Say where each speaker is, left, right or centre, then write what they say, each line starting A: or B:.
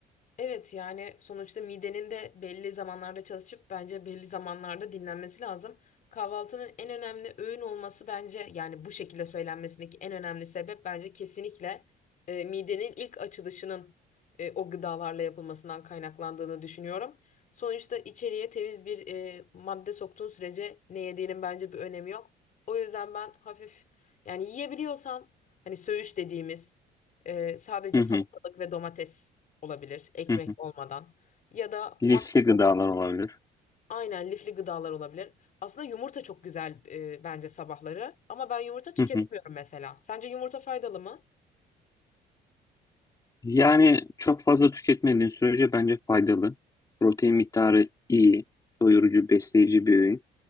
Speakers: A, on the left; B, on the left.
A: Evet yani sonuçta midenin de belli zamanlarda çalışıp bence belli zamanlarda dinlenmesi lazım. Kahvaltının en önemli öğün olması bence yani bu şekilde söylenmesindeki en önemli sebep bence kesinlikle e, midenin ilk açılışının e, o gıdalarla yapılmasından kaynaklandığını düşünüyorum. Sonuçta içeriye temiz bir e, madde soktuğun sürece ne yediğinin bence bir önemi yok. O yüzden ben hafif yani yiyebiliyorsam hani söğüş dediğimiz e, sadece
B: Hı
A: salatalık
B: hı,
A: ve domates olabilir ekmek
B: hı hı.
A: olmadan ya da
B: Lifli
A: maksimum
B: gıdalar olabilir.
A: aynen lifli gıdalar olabilir. Aslında yumurta çok güzel e, bence sabahları ama ben yumurta tüketemiyorum
B: Hı hı.
A: mesela. Sence yumurta faydalı mı?
B: Yani çok fazla tüketmediğin sürece bence faydalı. Protein miktarı iyi, doyurucu, besleyici bir öğün.